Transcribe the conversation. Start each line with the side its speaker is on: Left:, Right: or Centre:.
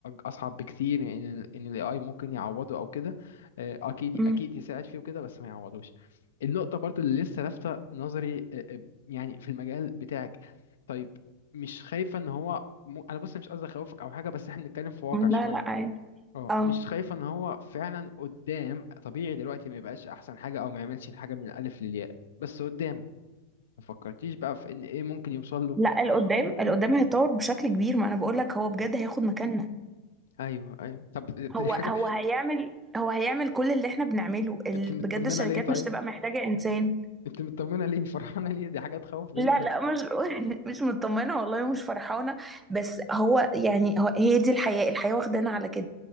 Left: أصعب بكتير إن إن ال AI ممكن يعوضه أو كده آه، اكيد
Right: مم.
Left: اكيد يساعد فيه وكده بس ما يعوضوش النقطه برضو اللي لسه لافته نظري آه، آه، يعني في المجال بتاعك طيب مش خايفه ان هو م... انا بص مش قصدي اخوفك او حاجه بس احنا بنتكلم في واقع
Right: لا
Left: شويه
Right: لا عادي
Left: اه
Right: اه
Left: مش خايفه ان هو فعلا قدام طبيعي دلوقتي ما يبقاش احسن حاجه او ما يعملش الحاجه من الالف للياء بس قدام ما فكرتيش بقى في ان ايه ممكن يوصل له
Right: لا القدام القدام هيتطور بشكل كبير ما انا بقول لك هو بجد
Left: مم.
Right: هياخد مكاننا
Left: ايوه ايوه طب
Right: هو
Left: دي حاجه
Right: هو هيعمل هو هيعمل كل اللي احنا بنعمله
Left: <laughs>
Right: ال-
Left: انت مطمنه
Right: بجد الشركات
Left: ليه طيب
Right: مش تبقى محتاجة انسان
Left: انت مطمنه ليه <laughs> فرحانه ليه دي حاجه تخوف جدا
Right: لا لا مش <laughs> مش مطمنة والله مش فرحانة بس هو يعني هو هي دي الحياة الحياة واخدانا على كده